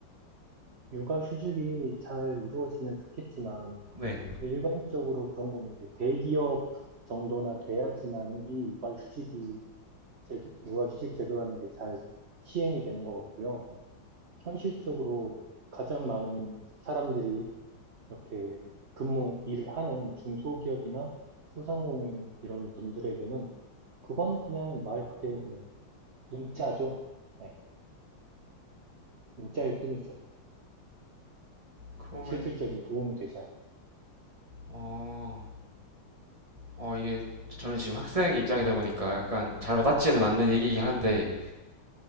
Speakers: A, on the right (about 40°); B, on the right (about 15°).
A: 육아 휴직이 잘 이루어지면 좋겠지만
B: 네.
A: 일반적으로 그런 건 이제 대기업 정도나 돼야지만이 육아 휴직이 제, 육아 휴직 제도라는 게 잘 시행이 되는 것 같고요. 현실적으로 가장 많은 사람들이 이렇게 근무 일을 하는 중소기업이나 소상공인 이런 분들에게는 그건 그냥 말 그대로 그냥 문자죠. 네, 문자일 뿐이죠.
B: 그러면
A: 실질적인 도움이 되지 않는.
B: 어, 어, 이게 저는 지금 학생 입장이다 보니까 약간 잘 와닿지는 않는 얘기이긴 한데